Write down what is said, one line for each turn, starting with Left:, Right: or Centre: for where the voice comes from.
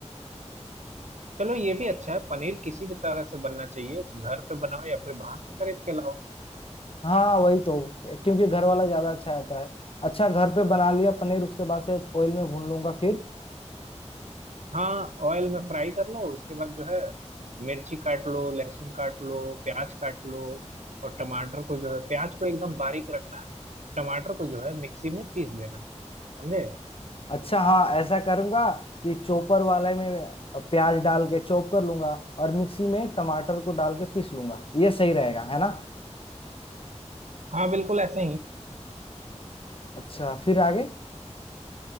Right: चलो ये भी अच्छा है पनीर किसी भी तरह से बनना चाहिए घर पे बनाओ या फिर बाहर से खरीद के लाओ
Left: हाँ वही तो क्योंकि घर वाला ज्यादा अच्छा रहता है अच्छा घर पे बना लिया पनीर उसके बाद से ऑयल में भून लूंगा फिर
Right: हाँ ऑयल में फ्राई कर लो उसके बाद जो है मिर्ची काट लो लहसुन काट लो प्याज काट लो और टमाटर को जो है प्याज को एकदम बारीक रखना है टमाटर को जो है मिक्सी में पीस देना है समझे
Left: अच्छा हाँ ऐसा करूंगा कि चॉपर वाले में प्याज डाल के चॉप कर लूंगा और मिक्सी में टमाटर को डाल के पीस लूंगा ये सही रहेगा है ना
Right: हाँ बिल्कुल ऐसे ही
Left: अच्छा फिर आगे